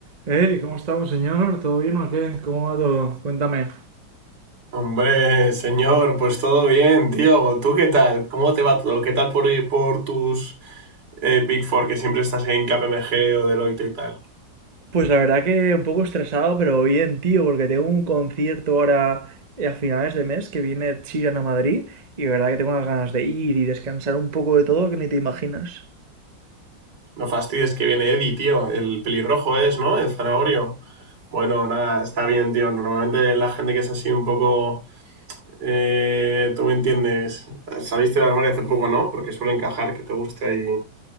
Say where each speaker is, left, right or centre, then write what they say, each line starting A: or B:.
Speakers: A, on the right; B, on the right.
A: Hey, ¿cómo estamos, señor? ¿Todo bien o qué? ¿Cómo va todo? Cuéntame.
B: Hombre, señor, pues todo bien, tío. ¿Tú qué tal? ¿Cómo te va todo? ¿Qué tal por ir por tus eh, Big Four que siempre estás en KPMG o Deloitte y tal?
A: Pues la verdad que un poco estresado, pero bien, tío, porque tengo un concierto ahora eh, a finales de mes que viene Chiran a Madrid y la verdad que tengo unas ganas de ir y descansar un poco de todo que ni te imaginas.
B: No fastidies que viene Eddie, tío. El pelirrojo es, ¿no? El zanahorio. Bueno, nada, está bien, tío. Normalmente la gente que es así un poco... eh, tú me entiendes. Saliste del armario hace poco, ¿no? Porque suele encajar que te guste ahí